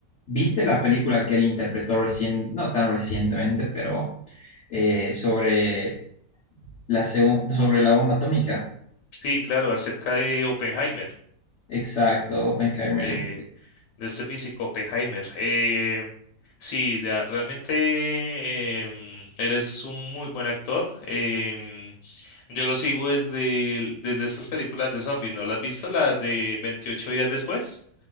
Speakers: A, on the left (about 55°); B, on the left (about 85°).
A: ¿viste la película que él interpretó recién, no tan recientemente, pero eh, sobre la, segun- sobre la bomba atómica?
B: sí, claro, acerca de Oppenheimer.
A: Exacto, Oppenheimer.
B: eh, de este físico, Oppenheimer. Eh, sí, de- realmente em, él es un muy buen actor. em, yo lo sigo desde, el- desde estas películas de zombies, ¿no las has visto? La de veintiocho días después.